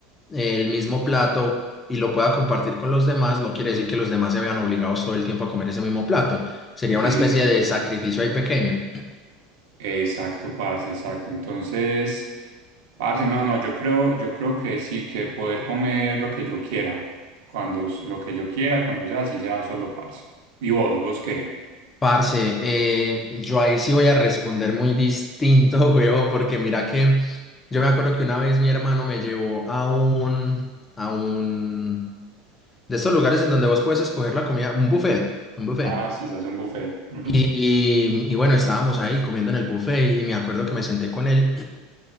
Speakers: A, on the left (about 20°); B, on the right (about 80°).
A: el mismo plato y lo pueda compartir con los demás, no quiere decir que los demás se vean obligados todo el tiempo a comer ese mismo plato. Sería
B: Exacto.
A: una especie Sí. de sacrificio ahí pequeño.
B: Exacto, parce, exacto. Entonces, parce, no, no, yo creo, yo creo que sí, que poder comer lo que yo quiera, cuando s- lo que yo quiera, cuando sea, así sea solo, parce. ¿Y vos, vos qué?
A: Parce, eh, yo ahí sí voy a responder muy distinto, <laughs> huevón, porque mira que yo me acuerdo que una vez mi hermano me llevó a un, a un de estos lugares en donde vos puedes escoger la comida, un buffet, un buffet.
B: Ah, sí, se hace un buffet. Ujú.
A: Y, y bueno, estábamos ahí comiendo en el buffet y me acuerdo que me senté con él